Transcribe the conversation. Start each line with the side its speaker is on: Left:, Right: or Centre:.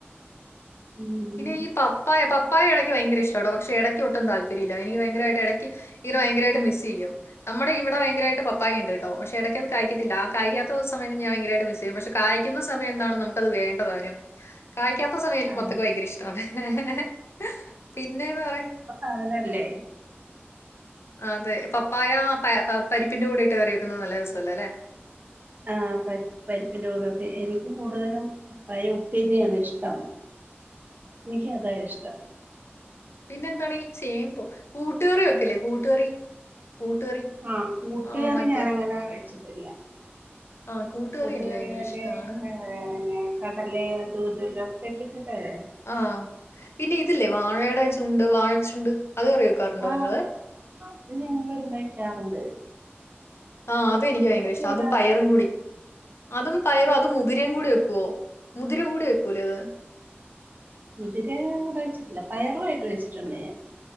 Right: ഉം
Left: പിന്നെ ഈ പപ്പായ പപ്പായ എടയ്ക്ക് ഭയങ്കര ഇഷ്ടാട്ടോ പക്ഷെ എടയ്ക്ക് ഒട്ടും താല്പര്യവില്ലാ എനിക്ക് ഭയങ്കരായിട്ട് എടയ്ക്ക്. ഇത് ഭയങ്കരായിട്ട് മിസ്സെയ്യും. നമ്മടെ ഇവിടെ ഭയങ്കരായിട്ട് പപ്പായ ഇണ്ട്ട്ടോ പക്ഷെ ഇടയ്ക്കത് കായ്ക്കത്തില്ലാ ആ കായ്ക്കാത്തൊ സമയം ഞാൻ ഭയരായിട്ട് മിസ്സെ യ്യും പക്ഷെ കായ്ക്കുന്ന സമയം എന്താണ് നമുക്കത് വേണ്ടതാനും. കായ്ക്കാത്ത സമയം എനിക്ക്
Right: ആ
Left: മത്തങ്ങ ഭയങ്കര ഇഷ്ടവാണേ പിന്നേന്ന് പറയാ
Right: അങ്ങനെയല്ലേ
Left: അതെ പപ്പായ പ പരിപ്പിന്റെ കൂടെയിട്ട് കറി വെക്കുന്നത് നല്ല രസവല്ലെലേ
Right: ആ പരിപ്പ് പരിപ്പിന്റെ കൂടെ എനിക്ക് കൂടുതലും പയ ഉപ്പേരിയാണ് ഇഷ്ടം.
Left: <inaudible>
Right: എനിക്കതാ ഇഷ്ടം.
Left: പിന്നെ എന്താണീ ചേമ്പോ കൂട്ടുകറി വെക്കില്ലേ കൂട്ടുകറി കൂട്ടുകറി
Right: ആ കൂട്ടുകറി
Left: ആ മറ്റേ
Right: ഞാനങ്ങനെ വെച്ചിട്ടില്ല.
Left: ആ
Right: കൂട്ടുകറി
Left: എനിക്ക് ഭയങ്കര
Right: മറ്റേ
Left: ഇഷ്ടമാണ്
Right: പയ പിന്നെ കടലയോ അതുഇതുവെല്ലാവൊക്കെ ഇട്ടിട്ടല്ലേ.
Left: ആഹ് പിന്നെ ഇതില്ലേ വാഴയുടെ ചുണ്ട് വാഴച്ചുണ്ട് അതുകറി വെക്കാറുണ്ടോ
Right: ആ
Left: നിങ്ങള്
Right: അത് ഞങ്ങള് വെക്കാറുണ്ട്
Left: ആ അതെനിക്ക് ഭയങ്കര ഇഷ്ടാ
Right: ഇവിടെ
Left: അതും പയറും കൂടി അതും പയറും അതും മുതിരയും കൂടി വെക്കുവോ. മുതിരകൂടി വെക്കൂലേ അത്.
Right: മുതിരകൂടെ വെച്ചിട്ടില്ല പയറുവായിട്ട് വെച്ചിട്ടൊണ്ട് ഞാൻ.